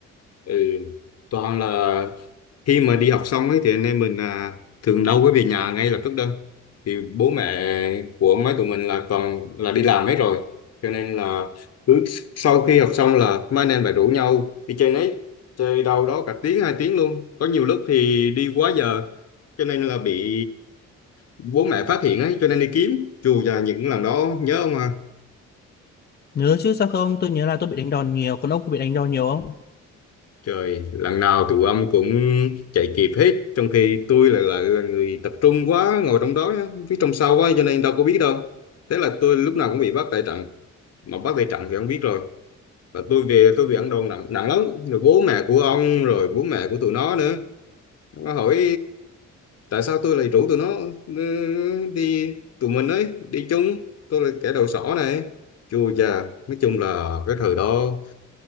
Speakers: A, on the left; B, on the left.
A: ừ toàn là khi mà đi học xong ấy thì anh em mình à, thường đâu có về nhà ngay lập tức đâu thì bố mẹ của mấy tụi mình là toàn là đi làm hết rồi cho nên là cứ sau khi học xong là mấy anh em lại rủ nhau đi chơi nấy chơi đâu đó cả tiếng hai tiếng luôn có nhiều lúc thì đi quá giờ cho nên là bị bố mẹ phát hiện ấy cho nên đi kiếm dù là những lần đó nhớ ông à
B: nhớ chứ sao không tôi nhớ là tôi bị đánh đòn nhiều còn ông có bị đánh đòn nhiều không
A: Trời, lần nào tụi ông cũng chạy kịp hết, trong khi tôi lại lại là người tập trung quá, ngồi trong đó, phía trong sau quá, cho nên đâu có biết đâu. Thế là tôi lúc nào cũng bị bắt tại trận, mà bắt tại trận thì ông biết rồi. Và tôi về tôi bị ăn đòn nặng nặng lắm, rồi bố mẹ của ông, rồi bố mẹ của tụi nó nữa. Nó hỏi tại sao tôi lại rủ tụi nó ừ, đi, tụi mình ấy, đi chung, tôi là kẻ đầu sỏ này. Chua chà, nói chung là cái thời đó,